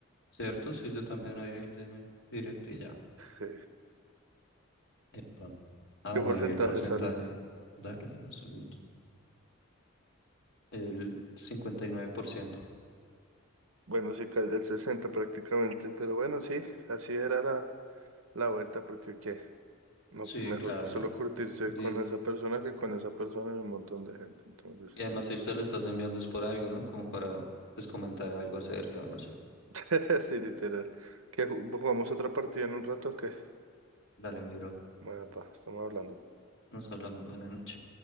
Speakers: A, on the left; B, on the right.
A: ¿cierto? Sí, yo también abrí el DM directo y ya.
B: Sí.
A: Epa. Ah,
B: ¿Qué
A: bueno,
B: porcentaje
A: y el porcentaje.
B: sale?
A: Dale, dame un segundo. El 59%.
B: Bueno, sí, ca- el 60 prácticamente, pero bueno, sí, así era la, la vuelta, porque qué, no,
A: Sí,
B: pues, mejor
A: claro.
B: cu- solo curtirse
A: Di-
B: con esa persona que con esa persona y un montón de gente, entonces,
A: y además, si se lo estás enviando es por algo, ¿no? Como para, pues, comentar algo acerca, no sé.
B: <laughs> sí, literal. Que jugamos otra partida en un rato, o qué
A: Dale, mi bro.
B: bueno, pa, estamos hablando.
A: Nos hablamos. Buenas noches.